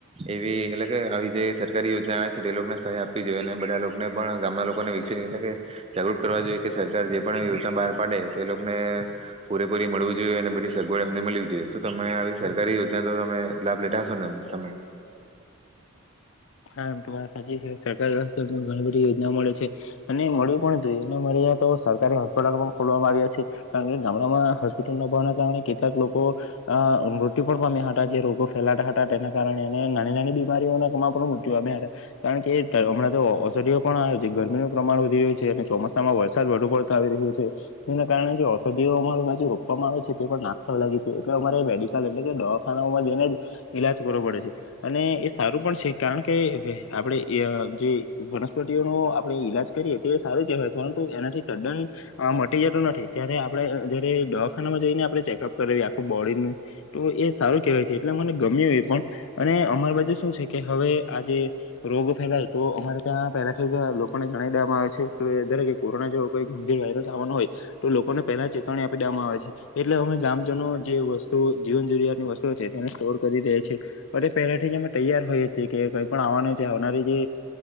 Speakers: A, on the right; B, on the left.
A: એવી એટલે કે આવી જે સર કારી યોજના આવે છે, એ લોકોને સહાય આપવી જોઈએ અને બધાને લોકને પણ ગામના લોકોને વિષય એટલે કે જાગૃત કરવા જોઈએ, કે સરકાર જે પણ યોજના બહાર પાડે તે લોકને પૂરેપૂરી મળવું જોઈએ અને બધી સગવડ એમને મલવી જોઈએ શું તમે આવી સરકારી યોજના તો તમે લાભ લેતા હશો, ને તમે
B: હા, એમ તો વાત સાચી છે, સરકારી હોસ્પિટલમાં ઘણી બધી યોજના મળે છે અને મળ્યું પણ હતું અને અમારી યાં તો સરકારી હોસ્પિટલો પણ ખોલવામાં આવ્યા છે, કારણ કે ગામડામાં હોસ્પિટલ ન જવાના કારણે કેટલાક લોકો અહ મૃત્યુ પણ પામ્યા હતા, જે રોગો ફેલાતા હતા તેના કારણે અને નાની, નાની બીમારીઓના નો પ્રમાણ હતા, કારણ કે હમણાં તો ઔષધિઓ પણ આ જે ગરમીનું પ્રમાણ વધી રહ્યું છે. અને ચોમાસામાં વરસાદ વધુ પડતો આવી રહ્યો છે એના કારણે જે ઔષધિઓ અમાર બાજું જે રોપવામાં આવે છે તે પણ નાશ થવા લાગી છે એટલે અમારે મેડિકલ એટલે કે દવાખાઓમાં જઈને જ ઈલાજ કરવો પડે છે, અને એ સારું પણ છે. કારણ કે આપણે અહ જે વનસ્પતિઓનો આપણુ ઈલાજ કરીએ તે એ સારું કહેવાય, પરંતુ એનાથી તદ્દન મટી જતું નથી ત્યારે આપણે જયારે દવાખાનામાં જઈને આપણે ચેકઅપ કરાવીએ આખું બોડીનું તો એ સારું કહેવાય છે, એટલે મને ગમ્યું એ પણ અને અમારી બાજુ શું છે કે હવે, આ જે રોગ ફેલાય તો અમારે ત્યાં પહેલાથી જ આ લોકોને જણાવી દેવામાં આવે છે, કે દરેકે કોરોના જેવો કોઈ ગંભીર વાયરસ આવવાનો હોય તો લોકોને પહેલા ચેતવણી આપી દેવામાં આવે છે એટલે અમે ગ્રામજનો જે વસ્તુ જીવન જરૂરિયાતની વસ્તુઓ છે, તેને સ્ટોર કરી દે છીએ અને પહેલેથી જ અમે તૈયાર રહી. છે, કે કંઈ પણ આવવાનું છે, આવનારી જે